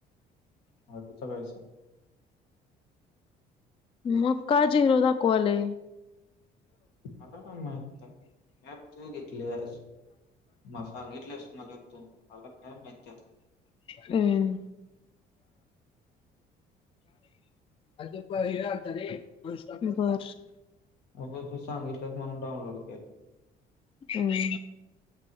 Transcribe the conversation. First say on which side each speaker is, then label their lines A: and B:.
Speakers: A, on the left; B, on the left.
A: हा ते चघळायच.
B: मका झीरो दाखवायले.
A: मला का माहती कॅब तू घेतलीस म सांगितलेस मला तू मला कॅब माहिती
B: हम्म अजप हेत रेॉ
A: अगं तू सांगितलं म्हणून डाउनलोड केल.
B: हम्म